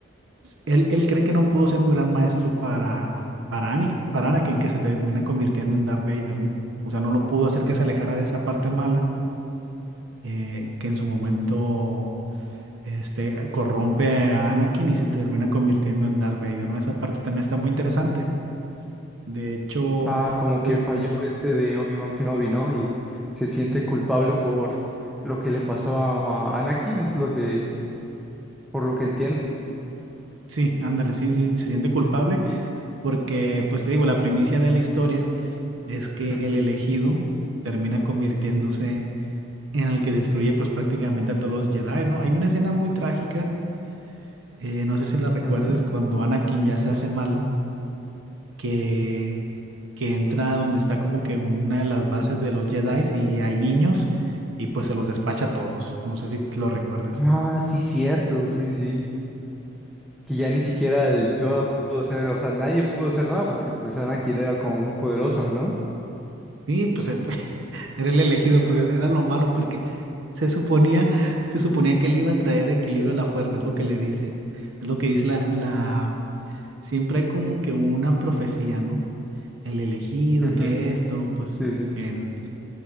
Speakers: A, on the right; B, in the centre.
A: él, él cree que no pudo ser un gran maestro para, para, Anakin, para Anakin, que se termina convirtiendo en Darth Vader, ¿no? O sea, no lo pudo hacer que se alejara de esa parte mala eh, que en su momento este, corrompe a Anakin y se termina convirtiendo en Darth Vader, ¿no? Esa parte también está muy interesante. De hecho,
B: Ah, como
A: pues
B: que falló este de Obi-Wan Kenobi, ¿no? Y se siente
A: ujú,
B: culpable por lo que le pasó a, a Anakin, eso es lo que, por lo que entiendo.
A: sí, ándale, sí, sí, se siente culpable porque, pues te digo, la primicia de la historia es que
B: Ujú,
A: el elegido termina convirtiéndose en el que destruye pues prácticamente a todos los Jedi, ¿no? Hay una escena muy trágica, eh, no sé si la recuerdes,
B: ujú.
A: cuando Anakin ya se hace malo que, que entra donde está como que una de las bases de los Jedi y hay niños y pues se los despacha a todos. No sé si te lo recuerdas.
B: Ah, sí, cierto, sí, sí. que ya ni siquiera el Yoda pudo hacer, o sea, nadie pudo hacer nada porque pues Anakin era como muy poderoso, ¿no?
A: Sí, pues eh, <laughs> era el elegido, pues era lo malo porque se suponía, se suponía que él iba a traer equilibrio a la fuerza, es lo que le dicen. Es lo que dice la, la... Siempre hay como que una profecía, ¿no? El elegido,
B: Ujú,
A: que esto,
B: <laughs>
A: pues
B: Sí, sí.
A: en...